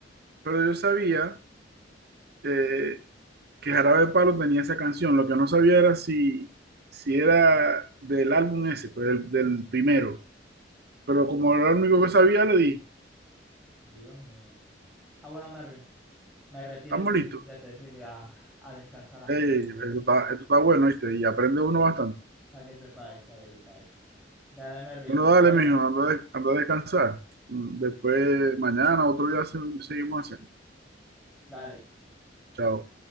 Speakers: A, on the right (about 60°); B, in the centre.
A: pero yo sabía eh, que Jarabe de Palo tenía esa canción. Lo que no sabía era si, si era del álbum ese, pues del, del primero. Pero
B: Dios
A: como era
B: mío,
A: lo único que sabía, le di,
B: Dios mío. Ah, bueno, Mervin, me retiro
A: estamos
B: entonces,
A: listos.
B: ya te decía, voy a, a descansar a mi
A: Ey,
B: mío,
A: esto está, esto está bueno, ¿viste? Y aprende uno bastante.
B: para que sepáis, para que sepáis. Dale, Mervin,
A: Bueno,
B: nos
A: dale,
B: vemos.
A: mijo, anda, a des- anda a descansar. Mm, Después, mañana, otro día, se- seguimos haciendo.
B: Dale.
A: Chao.